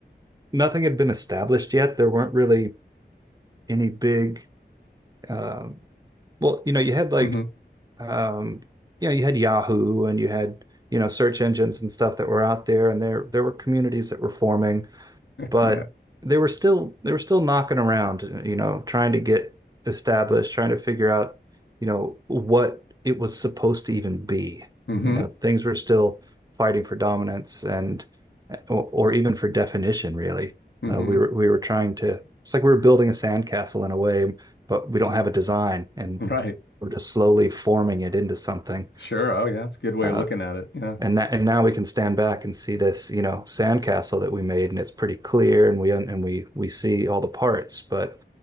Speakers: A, on the right (about 20°); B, on the left (about 85°).
A: nothing had been established yet, there weren't really any big. um well, you know, you had like
B: hmm
A: um, you know, you had Yahoo and you had, you know, search engines and stuff that were out there and there there were communities that were forming, but
B: Yeah.
A: they were still they were still knocking around, you know, trying to get established, trying to figure out, you know, what it was supposed to even be.
B: hmm
A: You know, things were still fighting for dominance and or, or even for definition, really.
B: hmm
A: Uh, we were we were trying to it's like we were building a sandcastle in a way, but we don't have a design and
B: Right.
A: we're just slowly forming it into something.
B: Sure. Oh, yeah. That's a good way
A: Uh,
B: of looking at it. Yeah.
A: and that, and now we can stand back and see this, you know, sandcastle that we made, and it's pretty clear, and we and we we see all the parts. But